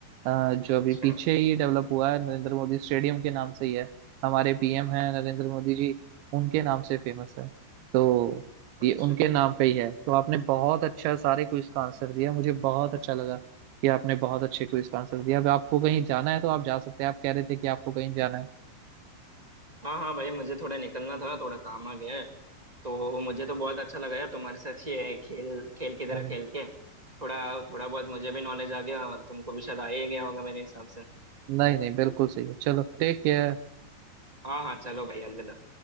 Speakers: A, on the right; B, on the right.
A: अ, जो
B: अच्छा
A: अभी पीछे ही डेवलप हुआ है नरेंद्र मोदी स्टेडियम के नाम से ही है हमारे पीएम हैं नरेंद्र मोदी जी उनके नाम से फेमस है तो
B: अच्छा
A: ये उनके नाम पे ही है तो आपने बहुत अच्छा सारे क्विज का आंसर दिया मुझे बहुत अच्छा लगा कि आपने बहुत अच्छे क्विज का आंसर दिया अब आपको कहीं जाना है तो आप जा सकते हैं आप कह रहे थे कि आपको कहीं जाना
B: हाँ हाँ भाई मुझे थोड़ा निकलना था थोड़ा काम आ गया है तो मुझे तो बहुत अच्छा लगा यार तुम्हारे साथ ये खेल खेल की तरह
A: है
B: खेल के थोड़ा थोड़ा बहुत मुझे भी नॉलेज आ गया और तुमको भी शायद आ ही गया होगा मेरे हिसाब से
A: नहीं नहीं बिल्कुल सही है चलो टेक केयर
B: हाँ हाँ चलो भाई अलविदा